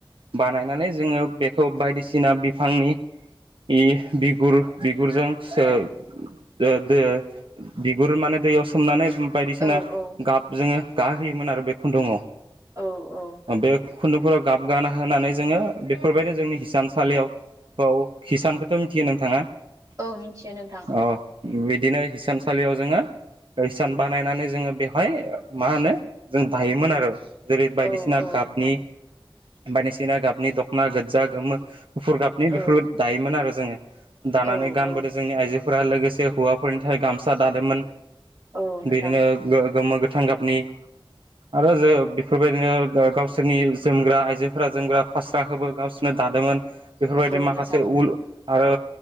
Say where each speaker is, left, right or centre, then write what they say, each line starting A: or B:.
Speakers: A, on the right (about 70°); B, on the right (about 40°).
A: बानायनानै जोङो बेखौ बायदिसिना बिफांनि इ बिगुर-बिगुरजों सो दो-दो बिगुर माने दैयाव सोमनानै <inaudible> बायदिसिना
B: औ औ
A: गाब जोङो गाहोयोमोन आरो बे खुन्दुंआव
B: औ-औ
A: उम बे खुन्दुंफोराव गाबगाना होनानै जोङो बेफोरबायदि जोंनि हिसानसालियाव औ हिसानखोथ' मिथियो नोंथाङा
B: औ मिथियो नोंथां
A: औ उम बिदिनो हिसानसालियाव जोङो हिसान बानायनानै जोङो बेवहाय मा होनो जों दायोमोन आरो जेरै बायदिसिना
B: औ औ
A: गाबनि
B: नोंथां
A: बायदिसिना गाबनि दख'ना गोजा गोमो गुफुर गाबनि
B: औ
A: बेफोरबाद दायोमोन आरो जोङो दानानै
B: औ
A: गानबोदो
B: औ
A: जोंनि आइजोफोरा लोगोसे हौवाफोरनि थाखाय गामसा दादोंमोन
B: औ नोंथां
A: बिदिनो गो गोमो गोथां गाबनि आरो जो बेफोरबायदिनो गावसोरनि जोमग्रा आइजोफोरा जोमग्रा फास्राखोबो गावसोरनो दादोंमोन बेफोरबायदि
B: औ
A: माखासे
B: नोंथां
A: उल आरो